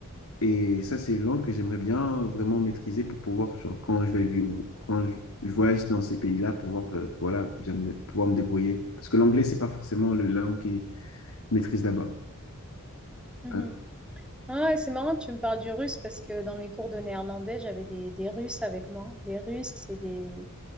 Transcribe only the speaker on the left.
Et ça, c'est une langue que j'aimerais bien vraiment maîtriser pour pouvoir, genre, quand je vais vivre, quand je, je voyage dans ces pays-là, pouvoir, euh, voilà, bien me- pouvoir me débrouiller. Parce que l'anglais, c'est pas forcément le la langue qu'ils maîtrisent là-bas.
Euh,